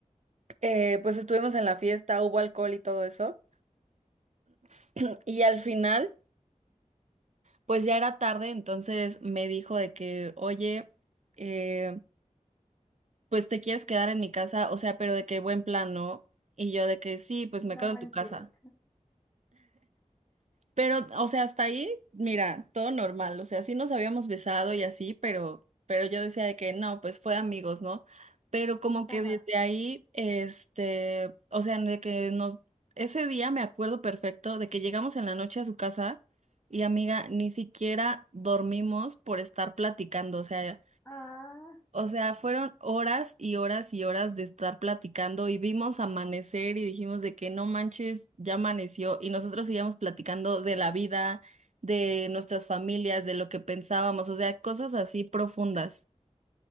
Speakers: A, on the right (about 60°); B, on the left (about 15°).
A: eh, pues estuvimos en la fiesta, hubo alcohol y todo eso, <clears throat> y al final, pues ya era tarde, entonces me dijo de que, oye, eh, pues te quieres quedar en mi casa, o sea, pero de que buen plan, ¿no? Y yo de que sí, pues me
B: No
A: quedo
B: manches.
A: en tu casa. Pero, o sea, hasta ahí, mira, todo normal. O sea, sí nos habíamos besado y así, pero, pero yo decía de que no, pues fue amigos, ¿no? Pero como que
B: Ajá.
A: desde ahí, este, o sea, de que nos, ese día me acuerdo perfecto de que llegamos en la noche a su casa y amiga, ni siquiera dormimos por estar platicando. O sea,
B: Ah,
A: o sea, fueron horas y horas y horas de estar platicando y vimos amanecer y dijimos de que no manches, ya amaneció y nosotros seguíamos platicando de la vida, de nuestras familias, de lo que pensábamos, o sea, cosas así profundas.